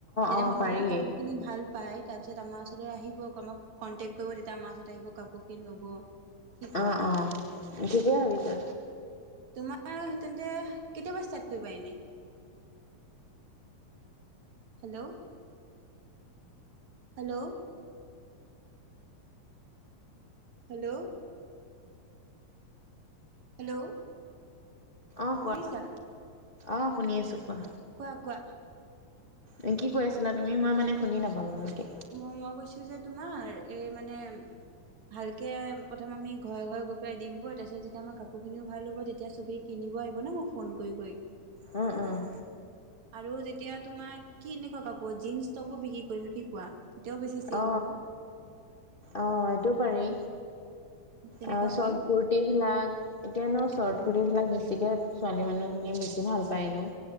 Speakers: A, on the right (about 55°); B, on the left (about 25°).
A: তেতিয়া,
B: অ',
A: মানুহে
B: পাৰি
A: যদি কাপোৰ খিনি ভাল পাই তাৰপিছত আমাৰ ওচৰলৈ আহিব, ক আমাক কনটেক্ট কৰিব, তেতিয়া আমাৰ ওচৰত আহিব, কাপোৰ খিনি ল'ব। কি কোৱা
B: অ, অ ঠিকেই ভাবিছা।
A: তোমাৰ হে তেন্তে কেতিয়াপৰা ষ্টাৰ্ট কৰিবা এনেই? হেল্ল'। হেল্ল'। হেল্ল'। হেল্ল'।
B: অ'কোৱা,
A: শুনিছা
B: অ'শুনি আছোঁ কোৱা।
A: কোৱা- কোৱা।
B: এ, কি কৈ আছিলা তুমি? মই মানে শুনি নাপালোঁ ভালকে।
A: মই মই কৈছোঁ যে তোমাৰ, এই মানে ভালকে প্ৰথম আমি, ঘৰে- ঘৰে গৈ পেলাই দিওঁগৈ তাৰপিছত যে যেতিয়া আমাৰ কাপোৰখিনিও ভাল হ'ব, তেতিয়া চবেই কিনিব আহিব ন, ফোন কৰি কৰি।
B: উম- উম।
A: আৰু যেতিয়া তোমাক কেনেকুৱা কাপোৰ, জীন্স কাপোৰ বিক্ৰী কৰিম কি কোৱা? তেতিয়াও বেছি চেল
B: অ,
A: হ'ব
B: অ, এইটোও পাৰি।
A: তেনেকুৱা
B: আ, চৰ্ট
A: কৰিম
B: কুৰ্তি ভিলাক, এতিয়া এনেও চৰ্ট
A: অ
B: কুৰ্তি বিলাক বেছিকে ছোৱালী মানুহখিনিয়ে বেছি ভাল পায় এনেও।